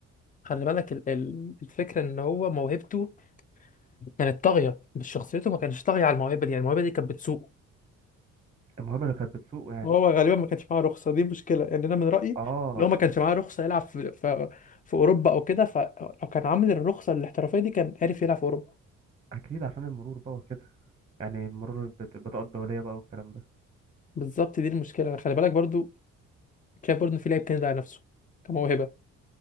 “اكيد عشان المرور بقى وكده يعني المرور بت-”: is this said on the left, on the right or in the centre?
Right